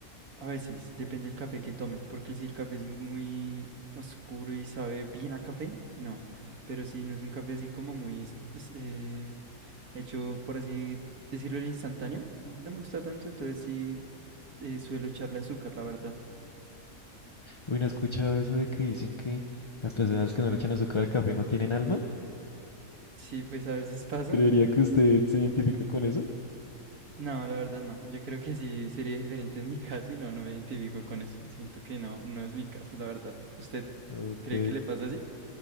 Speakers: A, on the right; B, on the left.
A: A veces, depende del café que tome, porque si el café es muy oscuro y sabe bien a café, no, pero si no es un café así como muy es- es, eh, hecho, por así decirlo, el instantáneo, no me gusta tanto, entonces sí, eh, suelo echarle azúcar, la verdad.
B: Uy, ¿no he escuchado eso de que dicen que las personas que no le echan azúcar al café no tienen alma?
A: Sí, pues a veces pasa.
B: Creería que usted se identifica con eso.
A: No, la verdad no. Yo creo que sí sería <laughs> diferente en mi caso y no, no me identifico con eso. Siento que no, no es mi caso, la verdad. ¿Usted
B: Ok.
A: cree que le pasa así?